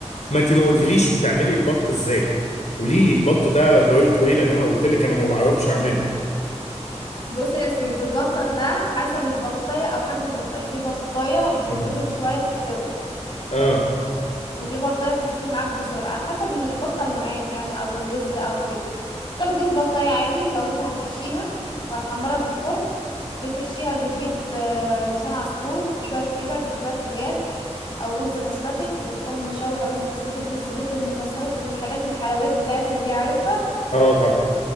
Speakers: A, on the left; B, on the left.
A: ما انت ما قلتليش بتعملي البط ازاي قولي لي البط ده طريقته ايه لان انا قلت لك انا ما بعرفش اعمله
B: بص يا سيدي البطة ده حسب البطاية أو حجم البطاية في بطاية بتغيب
A: مم.
B: شوية في السوا
A: اه
B: وفي بطايه بتستوي معاك بسرعه على حسب البطه اللي معاك يعني او الوز او كده انت بتجيب البطايه عادي لو انت هتحشيها وهتحمرها في الفرن بتحشيها بتجيب آه، لسان عصفور بشويه كبد بشويه حاجات او رز بسمتك وتقوم مشوح رز بسمتك بالزبيب بالمكسرات بالحاجات الحلويات بتاعتنا دي عارفها
A: اه طبعا